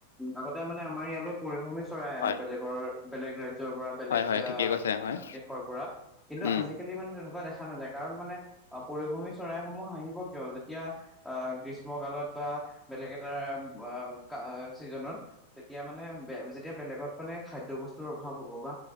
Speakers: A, in the centre; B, on the left.
A: আগতে মানে আমাৰ ইয়ালৈ <unintelligible> চৰাই আহে
B: হয়
A: বেলেগৰ বেলেগ ৰাজ্যৰ পৰা বেলেগ
B: হয় হয়
A: অ'
B: ঠিকেই কৈছে হয়
A: দেশৰ পৰা কিন্তু
B: উম
A: আজিকালি মানে তেনেকুৱা তেনেকুৱা দেখা নাযায় কাৰণ মানে অ', পৰিভ্ৰমি চৰাই সমূহ আহিব কিয় যেতিয়া অ', গ্ৰীষ্মকালত বা বেলেগ এটাৰ আ-কা চিজনত তেতিয়া মানে বে-যেতিয়া বেলেগত মানে খাদ্য বস্তুৰ অভাৱ হ'ব বা